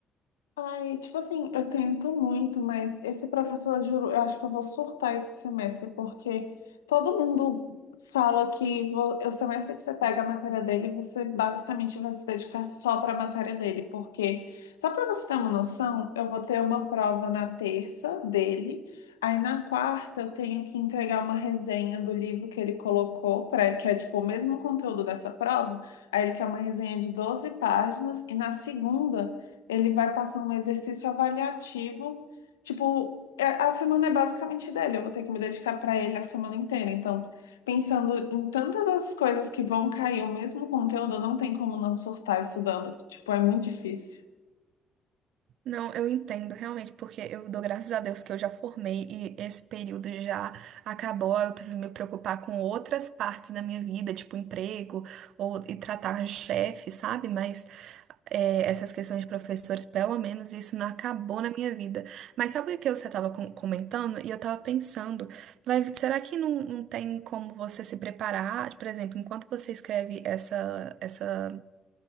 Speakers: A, on the left; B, on the right.
A: Ai, tipo assim, eu tento muito, mas esse professor, eu juro, eu acho que eu vou surtar esse semestre, porque todo mundo fala que vo- o semestre que você pega a matéria dele, você basicamente vai se dedicar só para a matéria dele, porque, só para você ter uma noção, eu vou ter uma prova na terça dele, aí na quarta eu tenho que entregar uma resenha do livro que ele colocou, pra, que é tipo o mesmo conteúdo dessa prova, aí ele quer uma resenha de 12 páginas, e na segunda. Ele vai passar um exercício avaliativo. Tipo, é- a semana é basicamente dele. Eu vou ter que me dedicar para ele a semana inteira. Então, pensando em tantas as coisas que vão cair o mesmo conteúdo, não tem como não surtar estudando. Tipo, é muito difícil.
B: Não, eu entendo realmente, porque eu dou graças a Deus que eu já formei e esse período já acabou. Eu preciso me preocupar com outras partes da minha vida, tipo emprego ou e tratar chefe, sabe? Mas é, essas questões de professores, pelo menos isso não acabou na minha vida. Mas sabe o que você estava comentando? E eu estava pensando, vai, será que não, não tem como você se preparar? Por exemplo, enquanto você escreve essa, essa